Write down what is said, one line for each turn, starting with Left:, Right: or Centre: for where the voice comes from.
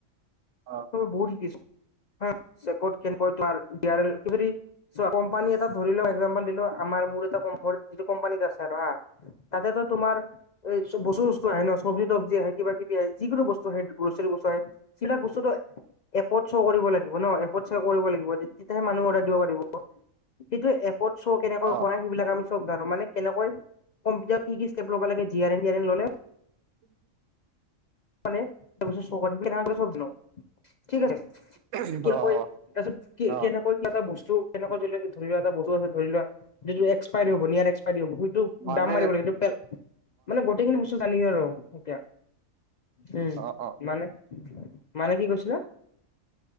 Right: অ অ অ অ
Left: বহুত হিকিছো <unintelligible> হেৰী চোৱা কোম্পানী <unintelligible> এ ধৰি ল এক্জাম্পল দিলো আমাৰ মোৰ এটা ক যিটো কোম্পানীত আছে আৰু হা তাতেতো তোমাৰ <unintelligible> এই চব বস্তু বস্তু আহে ন চব্জী তব্জি আহে কিবা কিবি আহ যিকোনো বস্তু আহ গ্ৰচাৰী বস্তু আহে <unintelligible> যিবিলাক বস্তুতটো এপত শ্ব' কৰিব লাগিব ন <unintelligible> লাগিব। তেতিয়াহে মানুহে অৰ্ডাৰ কৰিব পাৰিব। কিন্তু এপত চো কেনেকে
Right: অ
Left: কৰিব <unintelligible> ব ধ আৰু মানে কেনেকৈ কম্পিউটাৰত কি কি ষ্টেপ লব লাগে জ ললে <unintelligible>
Right: উম
Left: মানে তাৰপিছত ঠিক আছে
Right: অ',
Left: কেনেকৈ তাৰপিছত
Right: অ',
Left: কেনেকৈ কা এটা বস্তু কেনেকোৱা ধ লোৱা এটা বতুছে ধৰি লোৱা যিটো এক্সপাৰ হব এক সেইটো
Right: মানে
Left: দাম মাৰিব লাগে সেইটো মানে গোটেইখিনি বস্তু জানি আৰু এতিয়া উম
Right: অ', অ'।
Left: মানে মানে কি কৈছিলা